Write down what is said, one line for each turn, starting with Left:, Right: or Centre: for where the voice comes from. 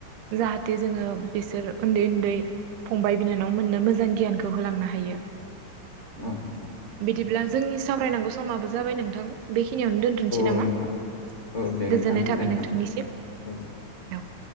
Right: जाहाथे जोङो बिसोर उन्दै उन्दै फंबाय बिनानाव मोननो मोजां गियानखौ होलांनो हायो।
Left: औ नोंथां ।
Right: बिदिब्ला जोंनि सावरायनांगौ समाबो जाबाय नोंथां बेखिनियावनो दोनथ'नोसै नामा?
Left: नोंथां औ दे नोंथां
Right: गोजोननाय
Left: गोजोन्थों
Right: थाबाय नोंथांनिसिम
Left: औ
Right: औ ।